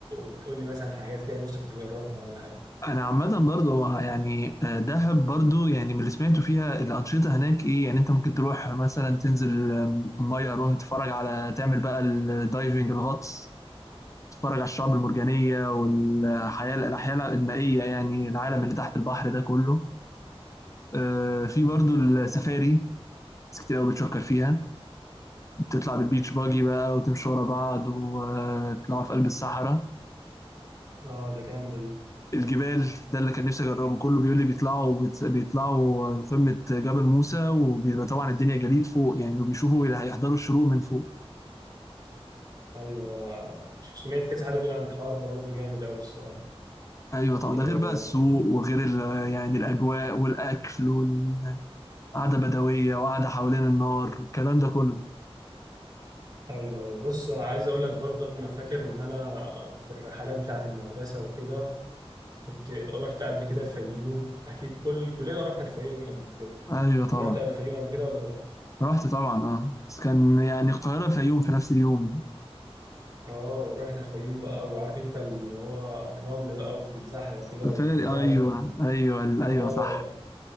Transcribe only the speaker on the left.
انا عامه برضه هو يعني آه، دهب برضه يعني من اللي سمعته فيها الانشطه هناك ايه يعني انت ممكن تروح مثلا تنزل آم، الميه روح تتفرج على تعمل بقى الدايفنج الغطس تتفرج على الشعب المرجانيه والحياه الاحياء المائيه يعني العالم اللي تحت البحر ده كله آه، في برضه السفاري ناس كتير قوي بتشكر فيها بتطلع بالبيتش باجي بقى وتمشوا ورا بعض وتطلعوا في قلب الصحراء
الجبال ده اللي كان نفسي اجربه كله بيقول لي بيطلعوا بيت- بيطلعوا قمة جبل موسى وبيبقى طبعا الدنيا جليد فوق يعني وبيشوفوا اللي هيحضروا الشروق من فوق
ايوه طبعا
ده غير بقى السوق وغير ال- يعني الاجواء والاكل والقعدة بدوية وقعدة حوالين النار والكلام ده كله
ايوه طبعا
رحت طبعا اه بس كان يعني القاهرة الفيوم في نفس اليوم
سفاري
ايوه ايوه ال-
ايوه صح